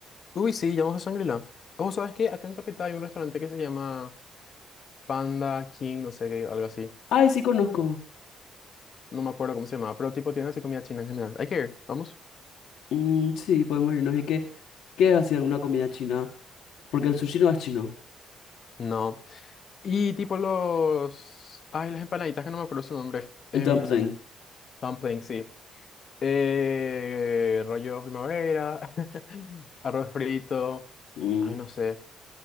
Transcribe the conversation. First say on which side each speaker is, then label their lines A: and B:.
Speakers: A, on the left; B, on the left.
A: Uy, sí, llamamos a Shangri-La. Oh, ¿sabes qué? Acá en Capital hay un restaurante que se llama Panda King, no sé qué, algo así.
B: Ay, sí conozco.
A: No me acuerdo cómo se llama, pero tipo tiene así comida china en general. Hay que ir, vamos.
B: Mm, sí, podemos irnos. ¿Y qué, qué es así alguna comida china? Porque el sushi no es chino.
A: No. Y tipo los... Ay, las empanaditas que no me acuerdo su nombre. Em,
B: El dumpling.
A: dumpling, sí. Eh, rollo primavera, <laughs> arroz frito.
B: Mm,
A: Ay, no sé.